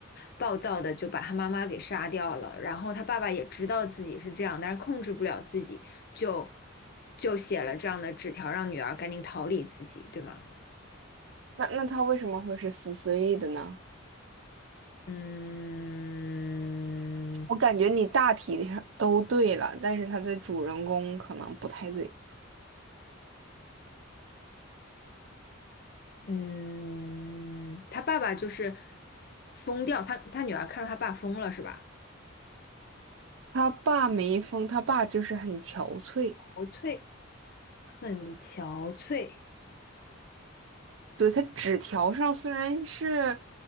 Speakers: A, on the left; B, on the right.
A: 暴躁的，就把他妈妈给杀掉了。然后他爸爸也知道自己是这样，但是控制不了自己，就就写了这样的纸条，让女儿赶紧逃离自己，对吗？
B: 那那他为什么会是撕碎的呢？
A: 嗯
B: 我感觉你大体上都对了，但是他的主人公可能不太对。
A: 嗯，他爸爸就是疯掉，他他女儿看到他爸疯了是吧？
B: 他爸没疯，他爸就是很憔悴。
A: 憔悴，很憔悴。
B: 对，它纸条上虽然是，